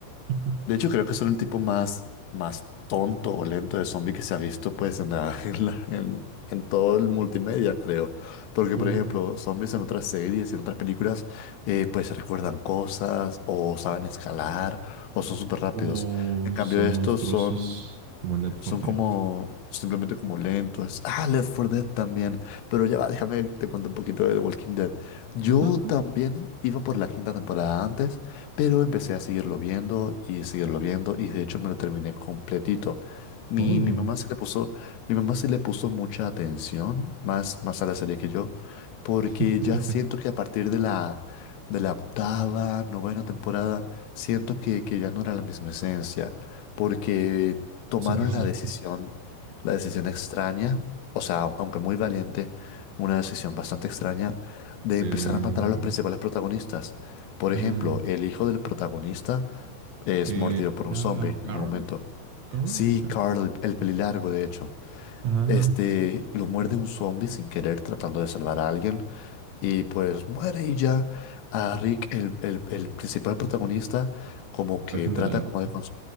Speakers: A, on the right (about 85°); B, on the left (about 90°).
A: <laughs>
B: De hecho, creo que son el tipo más, más tonto o lento de zombie que se ha visto pues en la- <laughs> en la- en- en todo el multimedia, creo. Porque,
A: Como,
B: por ejemplo, zombies en otras series en otras películas, eh, pues recuerdan cosas o saben escalar o son súper rápidos.
A: o
B: En cambio,
A: son
B: estos
A: monstruosos
B: son
A: como en Left
B: son
A: 4
B: como,
A: Dead.
B: simplemente como lentos. Ah, Left 4 Dead también. Pero ya va, déjame, te cuento un poquito de The Walking Dead. Yo
A: Ajá,
B: también iba por la quinta temporada antes, pero empecé a seguirlo viendo y seguirlo viendo y de hecho me lo terminé completito. Mi,
A: todo.
B: mi mamá se le puso, mi mamá se le puso mucha atención, más, más a la serie que yo, porque
A: <laughs>
B: ya siento que a partir de la, de la octava, novena temporada, siento que, que ya no era la misma esencia, porque tomaron
A: Sentís
B: la
A: el
B: decisión,
A: aquí.
B: la decisión extraña, o sea, au- aunque muy valiente, una decisión bastante extraña de
A: Eh,
B: empezar a matar a los principales protagonistas. Por
A: ah,
B: ejemplo, el hijo del protagonista es
A: eh,
B: mordido por
A: era
B: un zombie en
A: Carl,
B: un momento.
A: Carl,
B: Sí,
A: Carl.
B: Carl, el pelilargo, de hecho.
A: Ajá,
B: Este,
A: sí, sí.
B: lo muerde un zombie sin querer tratando de salvar a alguien. Y pues muere y ya a Rick, el, el- el principal protagonista, como que
A: Lo dejan
B: trata
A: de lado,
B: como
A: ¿no?
B: de, cons-